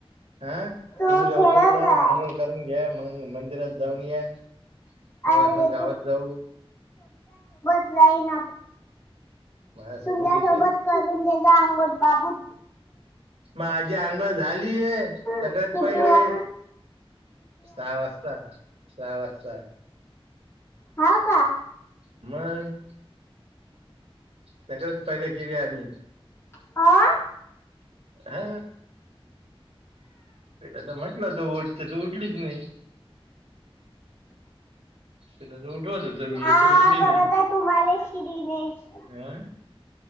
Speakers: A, on the right; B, on the left.
A: हं
B: तो
A: तुम्ही लवकर
B: खेळत
A: जा,
B: आहे
A: आंघोळ करून घ्या. मग मंदिरात जाऊन या. मग
B: अरे
A: आपण गावात जाऊ.
B: जाइनाथ
A: माझ्यासोबत
B: तुमच्यासोबत
A: येशील
B: करून तेचा अंंगोठ बागू
A: माझी अंघोळ झालीय. सगळ्यात
B: किती
A: पहिले
B: वाज-
A: सहा. वाजता सहा वाजता.
B: हा का?
A: मग. सगळच पहिले केली आम्ही
B: अ
A: हा तिला तर म्हटलं होतं उठ ती तर उठलीच नाही. तुला तर उठवत होत मी
B: हा
A: तू उठली
B: करता
A: नाही
B: तुम्हाला श्रीनेश
A: ह